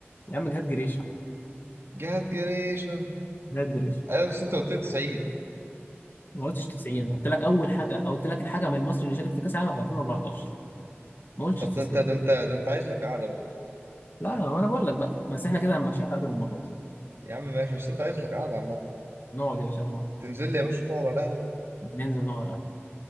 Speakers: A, on the left; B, on the right.
A: يا عم جهاد جريش
B: جهاد جريشة
A: جهاد جريش
B: ايوه بس انت قلت لي سعيد
A: ما قلتش 90 قلت لك اول حاجه أو قلت لك الحاجه من المصري اللي شارك في كاس العالم في 2014 ما قلتش
B: طب
A: 90
B: ده انت ده انت ده انت عايز لك قعدة بقى
A: لا ما انا بقول لك بقى بس احنا كده ماشيين قبل المره دي
B: يا عم ماشي بس انت عايز لك قعدة عامة
A: نقعد يا باشا انا موافق.
B: تنزل لي يا باشا تقعد على القهوة
A: ننزل نقعد على القهوة.